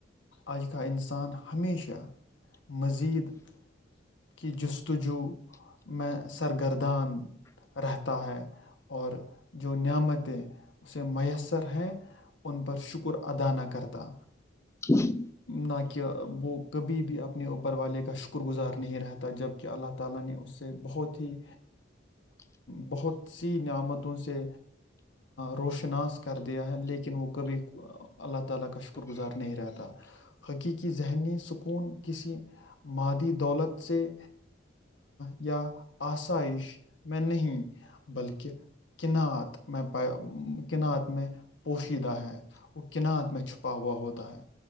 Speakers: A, on the left; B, on the left.
A: آج کا انسان ہمیشہ مزید کہ جستجو میں سرگرردان رہتا ہے اور جو نعمتیں اسے میسر ہیں ان پر شکر ادا نہ کرتا
B: ہ <inaudible> <inaudible>
A: نہ کہ وہ کبھی بھی اپنے اوپر والے کا شکر گزار نہیں رہتا جب کہہ اللہ تعالی نے اس سے بہت ہی بہت سی نعمتوں سے روشناس کر دیا ہے لیکن وہ کبھی اللہ تعالی کا شکر گزار نہیں رہتا حقیقی ذہنی سکون کسی مادی دولت سے یا آائش میں نہیں بلکہ کینعت میں پ کینعت میں پوشیدہ ہے وہ کینات میں چھپا ہوا ہوتا ہے